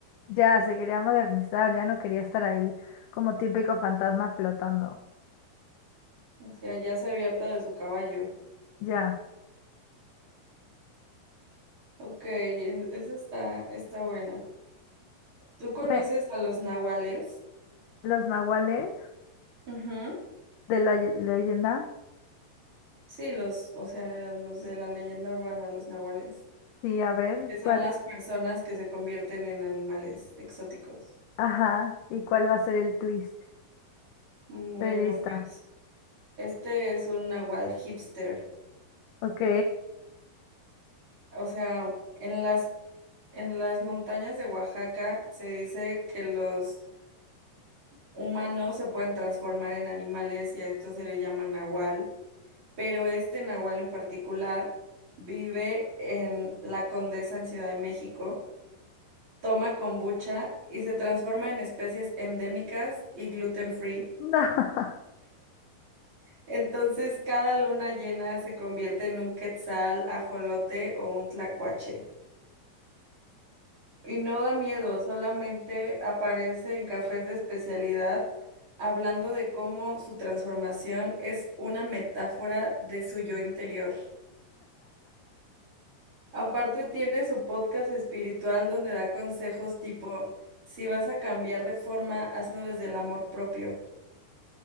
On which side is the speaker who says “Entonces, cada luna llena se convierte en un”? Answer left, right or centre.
Right